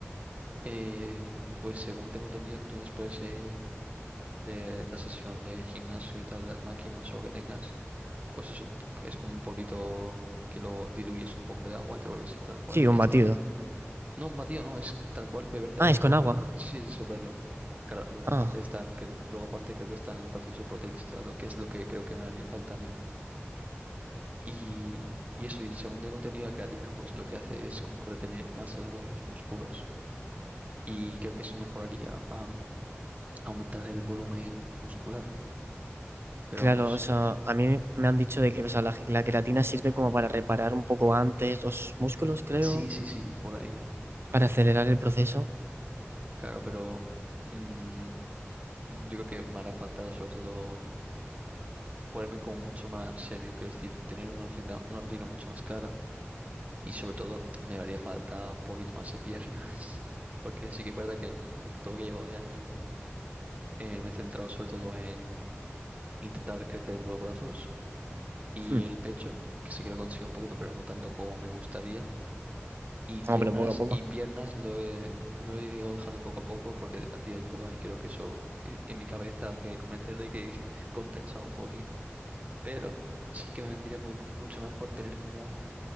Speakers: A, on the right; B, on the right.
A: eh, pues según tengo entendido, tú después eh, de la sesión de gimnasio y tal, de las máquinas o lo que tengas, pues eso es como un polvito que lo diluyes un poco de agua, y te lo bebes y tal cual,
B: Sí,
A: y
B: un
A: ya estaría.
B: batido.
A: No, un batido no, es tal cual beberte
B: Ah,
A: agua
B: es con
A: con...
B: agua.
A: Sí, sí, disolverlo. Claro, luego
B: Ah,
A: aparte están, que luego aparte creo que están los batidos de proteínas y tal, lo que es lo que creo que me haría falta a mí. Y, y eso, y según tengo entendido, la creatina, pues lo que hace es como retener más el agua en los músculos. Y creo que eso mejoraría a aumentar el volumen muscular. Pero
B: claro,
A: vamos,
B: o sea, a mí me han dicho de que o sea, la, la creatina sirve como para reparar un poco antes los músculos, creo,
A: sí, sí, sí, por ahí.
B: para acelerar el proceso.
A: Claro, pero mm, yo creo que me hará falta sobre todo ponerme como mucho más serio, quiero decir, tener una rutina, una rutina mucho más clara Y sobre todo, me haría falta un poquito más de piernas, <laughs> porque sí que es verdad que en, en todo lo que llevo de año eh, me he centrado sobre todo en intentar crecer en los brazos y
B: Mm,
A: el pecho, que sí que lo consigo un poquito, pero no tanto como me gustaría. Y piernas,
B: No, pero poco a poco.
A: y piernas lo he, lo he ido dejando poco a poco porque hacía yoga y creo que eso en, en mi cabeza me quería convencer de que <laughs> compensaba un poquito, pero sí que me vendría muy, mucho mejor tener como